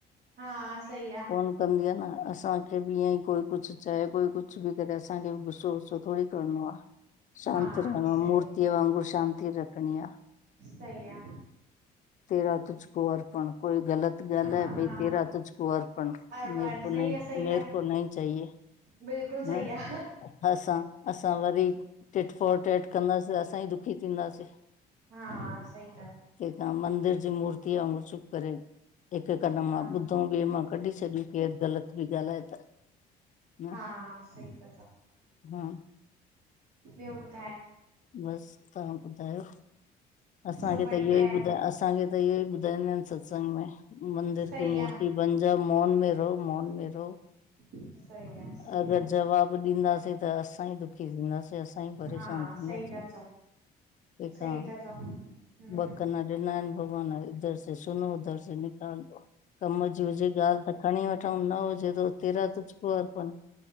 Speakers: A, on the right; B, on the left.
A: हा, सही आ।
B: न कंदी आ न, असांखे ॿि ईअं कोई कुछु चए, कोई कुछु ॿि करे, असांखे ॿि गुस्सो वुस्सो थोङी करणो आ। शांत
A: हा
B: रहणो
A: सही
B: आ,, मूर्तीअ वांगुरु शांति रखणी आ।
A: सही आ
B: तेरा तुझ को अर्पण, कोई ग़लत गाल्हाए,
A: हा
B: भई
A: हा
B: तेरा तुझ कोअर्पण
A: अर्पण
B: मेरे को
A: सही
B: नही,
A: आ सही
B: मेरे
A: आ
B: को नही चाहिए।
A: बिल्कुलु सही
B: हा
A: आ।
B: असां, असां वरी टिट फोर टेट कंदासीं त असां ई दुखी थींदासीं।
A: हा सही ता चओ।
B: तंहिं खां मंदिर जी मूर्ति वांगुर चुप करे हिकु कन
A: हा
B: मां ॿुधऊ ॿिए मां कढी छॾियो केरु ग़लति बि ॻाल्हाए त। न
A: हा सही ता चओ।
B: हा
A: ॿियो ॿुधा
B: बसि तहां ॿुधायो? असांखे
A: सभु बढ़िया
B: त इहो ई
A: आहे,
B: ॿुधाए अस असांखे त इय ई ॿुधाईंदा आहिन सत्संग में, मंदिर
A: सही
B: की मूर्ति
A: आ
B: बन जा मन में रहो मन में रहो।
A: सही आ, सही
B: अगरि
A: आ,
B: जवाब ॾींदासीं त असां ई दुखी थींदासीं। असां परेशान
A: हा
B: थींदासीं,
A: सही ता
B: तंहिंखां
A: चओ, सही ता चओ, हम्म
B: ब कन डिना आहिन, भॻवान, हितां बुधो हुतां कड़ी छड़ियो। कम, जी हुजे ॻाल्हि, त खणी वठऊ, न हुजे त तुहिंजी, तोखे डिनी